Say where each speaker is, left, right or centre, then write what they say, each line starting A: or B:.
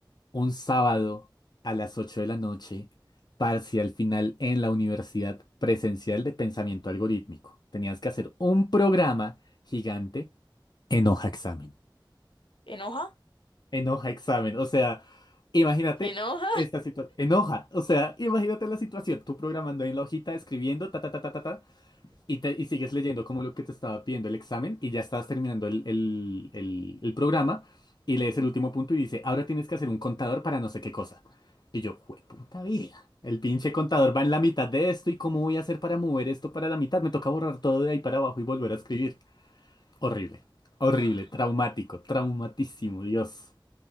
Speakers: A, on the left; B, on the left.
A: Un sábado a las 8 de la noche, parcial final en la Universidad Presencial de Pensamiento Algorítmico. Tenías que hacer un programa gigante en hoja examen.
B: ¿Enoja?
A: En hoja examen. O sea, imagínate
B: ¿Enoja?
A: esta situación. En hoja. O sea, imagínate la situación. Tú programando ahí en la hojita, escribiendo, ta, ta, ta, ta, ta, ta. Y, te- y sigues leyendo como lo que te estaba pidiendo el examen y ya estabas terminando el, el- el- el programa y lees el último punto y dice, ahora tienes que hacer un contador para no sé qué cosa. Y yo, puta vida. El pinche contador va en la mitad de esto y cómo voy a hacer para mover esto para la mitad. Me toca borrar todo de ahí para abajo y volver a escribir. Horrible, horrible,
B: <laughs>
A: traumático, traumatísimo, Dios.